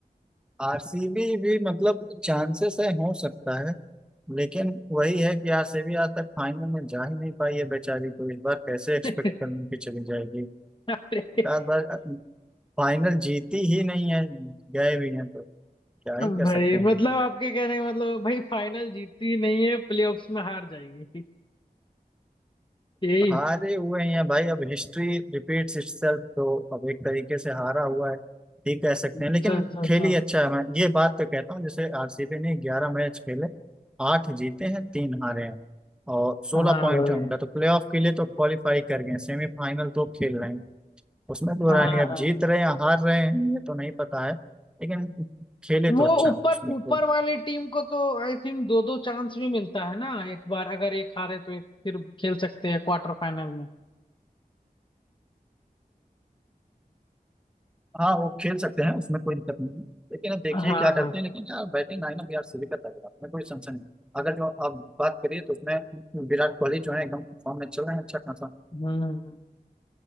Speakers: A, in the centre; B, on the left.
A: आरसीबी भी मतलब चांसेस है हो सकता है लेकिन वही है कि आरसीबी आज तक फाइनल में जा ही नहीं पाई है बेचारी तो इस बार कैसे एक्सपेक्ट
B: <laughs>
A: करूँ कि चली जाएगी
B: अरे
A: हर बार फाइनल जीती ही नहीं है गए भी हैं तो क्या ही
B: भाई
A: कर सकते हैं
B: मतलब आपके कहने का मतलब भाई फाइनल जीतती नहीं है प्लेऑफ्स में हार जाएगी यही
A: हारे हुए ही हैं भाई अब हिस्ट्री रिपीट्स इटसेल्फ तो अब एक तरीके से हारा हुआ है ठीक कह सकते
B: अच्छा
A: हैं लेकिन
B: अच्छा अच्छा
A: खेल ही अच्छा है मैं ये बात तो कहता हूँ जैसे आरसीबी ने ग्यारह मैच खेले आठ जीते हैं तीन हारे हैं और सोलह
B: हाँ
A: पॉइंट
B: भाई
A: है उनका तो प्लेऑफ के लिए तो क्वालिफाई कर गए हैं सेमीफाइनल तो खेल रहे हैं उसमें तो
B: हाँ
A: रानी
B: हाँ
A: अब
B: हाँ।
A: जीत रहे हैं या हार रहे हैं ये तो नहीं पता है लेकिन खेले तो
B: वो
A: अच्छा
B: ऊपर
A: है, उसमें
B: ऊपर
A: कोई
B: वाली टीम को तो आई थिंक दो दो चांस भी मिलता है ना एक बार अगर एक हारे तो एक फिर खेल सकते हैं क्वार्टर फाइनल में
A: हाँ वो खेल सकते हैं उसमें कोई दिक्कत नहीं है लेकिन अब देखिए
B: हाँ
A: क्या करते
B: हाँ
A: हैं लेकिन यार बैटिंग लाइनअप यार सभी का तगड़ा है, उसमें कोई संशय नहीं अगर जो आप बात करिए तो उसमें विराट कोहली जो है एकदम फॉर्म में चल रहे हैं अच्छा खासा
B: हम्म